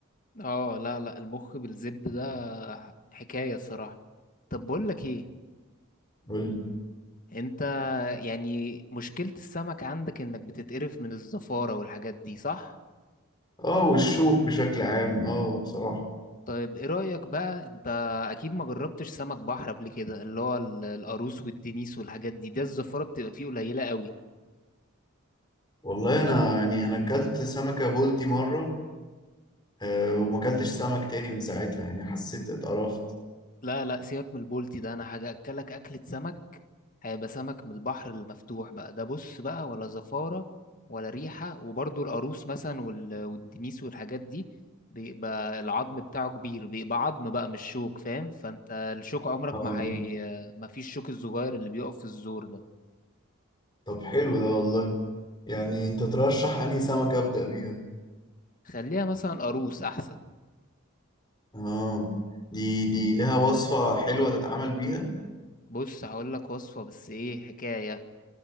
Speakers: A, on the left (about 40°); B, on the left (about 20°).
A: اه لا لا المخ بالزبدة ده حكاية صراحة طب بقول لك ايه
B: قول لي
A: انت يعني مشكلة السمك عندك انك بتتقرف من الزفارة والحاجات دي صح؟
B: اه والشوك بشكل عام اه بصراحة
A: طيب ايه رأيك بقى انت اكيد ما جربتش سمك بحر قبل كده اللي هو ال- القاروص والدنيس والحاجات دي ده الزفارة بتبقى فيه قليلة قوي
B: والله أنا يعني أنا أكلت سمكة بولتي مرة آه وما أكلتش سمك تاني من ساعتها يعني حسيت اتقرفت
A: لا لا سيبك من البولتي ده انا هاجي اكلك اكلة سمك هيبقى سمك من البحر المفتوح بقى ده بص بقى ولا زفارة ولا ريحة وبرضه القاروص مثلا وال- والدنيس والحاجات دي بيبقى العظم بتاعه كبير بيبقى عظم بقى مش شوك فاهم فانت الشوك عمرك
B: اه
A: ما هي ما فيش الشوك الصغير اللي بيقف في الزور ده
B: طب حلو ده والله يعني أنت ترشح أنهي سمكة أبدأ بيها
A: خليها مثلا قاروص احسن
B: اه دي دي لها وصفة حلوة تتعامل بيها
A: بص هقول لك وصفة بس ايه حكاية